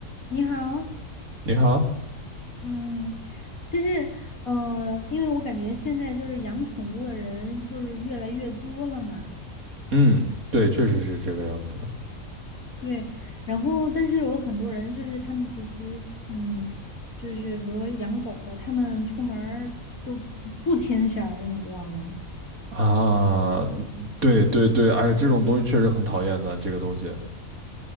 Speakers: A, on the left; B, on the right.
A: 你好，
B: 你好，
A: 嗯，就是呃，因为我感觉现在就是养宠物的人就是越来越多了嘛，
B: 嗯，对，确实是这个样子的
A: 对，然后但是有很多人就是他们其实嗯，就是比如说养狗的，他们出门儿就不不牵绳儿，你知道吗？
B: 啊，嗯对对对，哎，这种东西确实很讨厌的，这个东西，